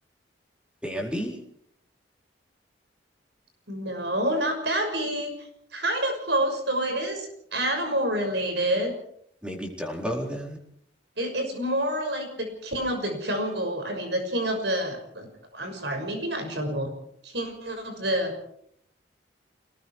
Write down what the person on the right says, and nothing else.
No, not Bambi. Kind of close, though it is animal related.
It, it's more like the King of the Jungle. I mean, the King of the, I'm sorry, maybe not jungle. King of the,